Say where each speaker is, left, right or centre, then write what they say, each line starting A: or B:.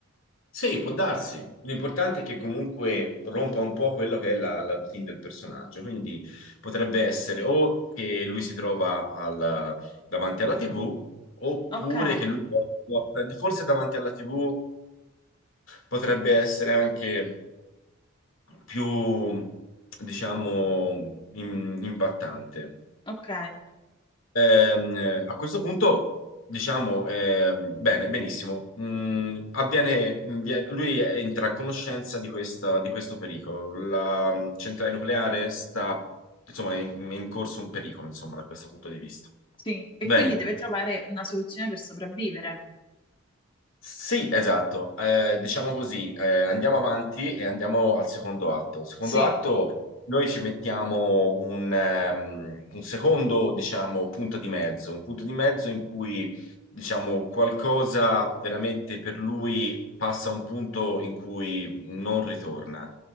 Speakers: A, on the left; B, on the left.
A: Sì, può darsi. L'importante è che comunque rompa un po' quello che è la, la routine del personaggio, quindi potrebbe essere o che lui si trova al- davanti alla TV, oppure
B: Ok,
A: che lui può- può prendere- forse davanti alla TV potrebbe essere anche più, diciamo, im- impattante.
B: ok,
A: Ehm, eh, a questo punto, diciamo, ehm, bene, benissimo. Mm, avviene, vie- lui entra a conoscenza di questa- di questo pericolo. La mm, centrale nucleare sta, insomma, è in, è in corso un pericolo, insomma, da questo punto di vista.
B: sì. E
A: Bene.
B: quindi deve trovare una soluzione per sopravvivere.
A: Sì, esatto. Eh, diciamo così, eh, andiamo avanti e andiamo al secondo atto. Al secondo
B: Sì,
A: atto noi ci mettiamo un, ehm, un secondo, diciamo, punto di mezzo, un punto di mezzo in cui, diciamo, qualcosa veramente per lui passa a un punto in cui non ritorna.